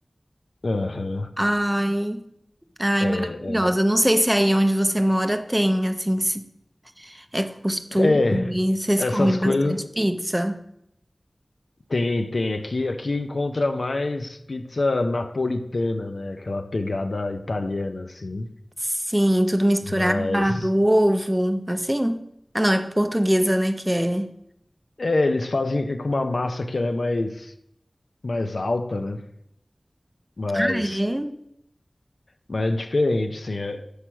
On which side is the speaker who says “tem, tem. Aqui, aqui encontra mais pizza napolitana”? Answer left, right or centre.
Left